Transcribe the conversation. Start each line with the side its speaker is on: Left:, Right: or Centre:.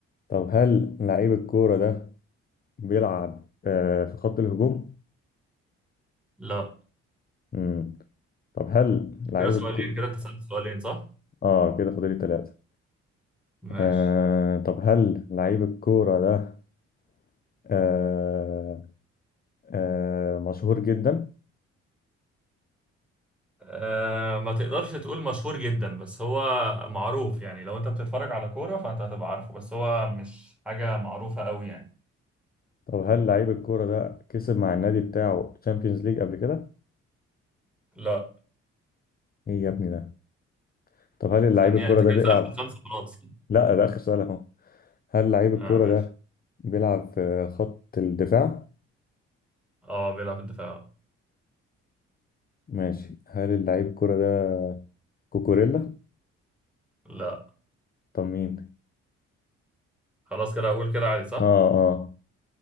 Left: طب هل لعيب الكورة ده بيلعب آه في خط الهجوم؟
Centre: لا
Left: مم. طب هل لعيب
Centre: كده سؤالين
Left: الكورة
Centre: كده انت سألت سؤالين صح؟
Left: اه كده فاضل لي ثلاثة
Centre: ماشي
Left: آه طب هل لعيب الكورة ده آه آه مشهور جدا؟
Centre: أه ما تقدرش تقول مشهور جدا بس هو معروف يعني لو انت بتتفرج على كورة فانت هتبقى عارفه بس هو مش حاجة معروفة قوي يعني
Left: طب هل لعيب الكورة ده كسب مع النادي بتاعه تشامبيونز ليج قبل كده؟
Centre: لا
Left: ايه يا ابني ده؟ طب هل
Centre: ثانية
Left: لعيب الكورة
Centre: انت
Left: ده
Centre: كده
Left: بيلعب؟
Centre: سألت الخمسة خلاص
Left: لا ده آخر سؤال اهو هل لعيب الكرة
Centre: اه ماشي
Left: ده بيلعب في خط الدفاع؟
Centre: اه بيلعب في الدفاع
Left: ماشي هل اللعيب الكرة ده كوكوريلا؟
Centre: لا
Left: طب مين؟
Centre: خلاص كده اقول كده عادي صح؟
Left: اه اه